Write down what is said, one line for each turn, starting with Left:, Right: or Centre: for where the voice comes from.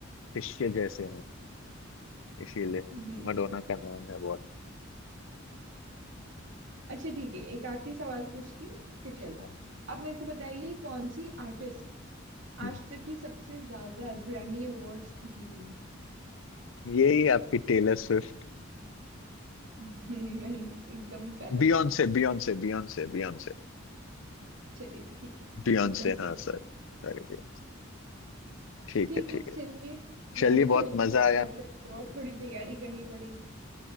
Left: शिष्य जैसे हैं इसीलिए
Right: जी
Left: मडोना का नाम है बहुत
Right: अच्छा ठीक है एक आखिरी सवाल पूछती हूँ फिर चलते
Left: हाँ।
Right: हैं। आप मेरे को बताइए कौन सी आर्टिस्ट
Left: हम्म,
Right: आज तक की सबसे ज्यादा ग्रैमी अवार्ड्स जीती है
Left: यही आपकी Taylor Swift
Right: <laughs> नहीं एकदम गलत
Left: Beyonce Beyonce Beyonce Beyonce
Right: हाँ, चलिए ठीक है
Left: Beyonce
Right: <laughs> एकदम
Left: हाँ
Right: सही
Left: सर सॉरी बियॉन्से ठीक
Right: ठीक
Left: है
Right: है
Left: ठीक
Right: चलिए
Left: है चलिए
Right: मैं भी चलती
Left: बहुत मजा
Right: हूँ
Left: आया
Right: लगता है मुझे और थोड़ी तैयारी करनी पड़ेगी